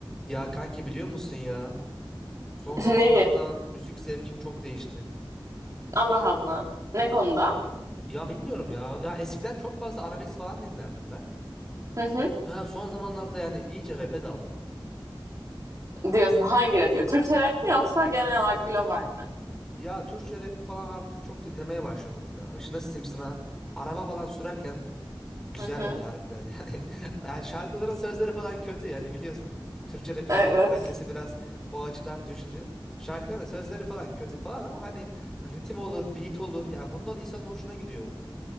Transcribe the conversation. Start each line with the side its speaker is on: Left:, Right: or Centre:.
Centre: Ya kanki biliyor musun ya? Son
Right: <laughs>
Centre: zamanlarda
Right: Neyi?
Centre: müzik zevkim çok değişti.
Right: Allah Allah. Ne konuda?
Centre: Aa, Ya bilmiyorum ya. Ya eskiden çok fazla arabesk falan dinlerdim ben.
Right: Hı hı.
Centre: Ya son zamanlarda yani iyice rap'e daldım.
Right: Diyorsun hangi rap ya? Türkçe rap mi yoksa genel olarak global mi?
Centre: Ya Türkçe rap falan artık çok dinlemeye başladım ya. İşte nasıl diyeyim sana? Araba falan sürerken güzel
Right: Hı hı.
Centre: oluyor harbiden yani. <laughs> Yani şarkıların sözleri falan kötü yani biliyorsun. Türkçe rap'in
Right: Evet.
Centre: zaten kalitesi biraz o açıdan düştü. Şarkıların sözleri falan kötü falan ama hani ritim olur, beat olur. Ya bunlar insanın hoşuna gidiyor.